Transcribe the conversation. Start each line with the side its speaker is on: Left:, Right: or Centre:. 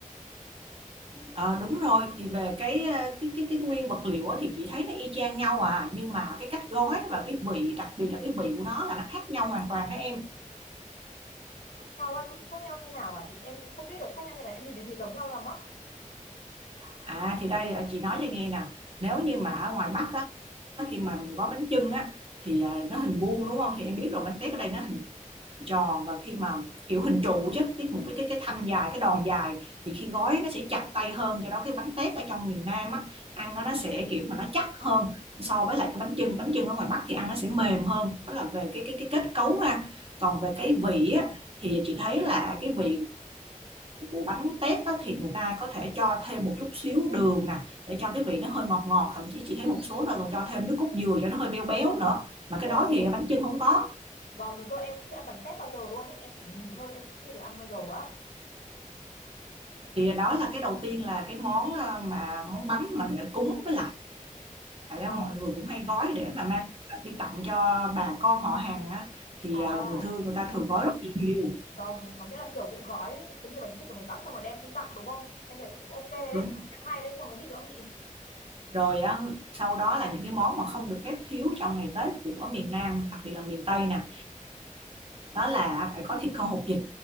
Right: Ờ, đúng rồi thì về cái à, cái cái cái nguyên vật liệu á thì chị thấy nó y chang nhau à nhưng mà cái cách gói và cái vị đặc biệt là cái vị của nó là nó khác nhau hoàn toàn đó em
Left: Khác nhau á chị, khác nhau như nào à chị, em cũng không biết được khác nhau như nào, em nhìn em thấy giống nhau lắm á.
Right: à thì đây à, chị nói cho nghe nè nếu như mà ở ngoài Bắc á khi mà mình gói bánh chưng á thì à, nó hình vuông đúng không thì em biết rồi bánh tét ở đây nó tròn và khi mà kiểu hình trụ chứ cái một cái cái cái thanh dài cái đòn dài thì khi gói nó sẽ chặt tay hơn do đó cái bánh tét ở trong miền Nam á ăn nó sẽ kiểu mà nó chắc hơn so với lại cái bánh chưng bánh chưng ở ngoài Bắc thì ăn nó sẽ mềm hơn đó là về cái cái cái kết cấu ha còn về cái vị á thì chị thấy là cái vị của bánh tét á, thì người ta có thể cho thêm một chút xíu đường nè để cho cái vị nó hơi ngọt ngọt thậm chí chị thấy một số nơi còn cho thêm nước cốt dừa cho nó hơi béo béo nữa mà cái
Left: Ồ.
Right: đó thì bánh chưng không có
Left: Vâng đúng rồi em cũng chưa ăn bánh tét bao giờ luôn ấy Em chỉ nhìn thôi em cũng chưa được ăn bao giờ á
Right: Thì đó là cái đầu tiên là cái món, ờ, mà món bánh mà để cúng với lại
Left: Vâng
Right: á, mọi người cũng hay gói để mà mang đi tặng cho bà con họ hàng á thì
Left: à
Right: ờ, người thương người ta thường gói rất là nhiều
Left: vâng có nghĩa là kiểu cũng gói đấy, như bánh chưng của miền Bắc xong rồi đem đi tặng đúng không Em thấy cũng ok đấy
Right: đúng
Left: cũng hay đấy còn cái gì nữa không chị
Right: rồi á sau đó là những cái món mà không được phép thiếu trong ngày Tết của miền Nam đặc biệt là miền Tây nè đó là phải có thịt kho hột vịt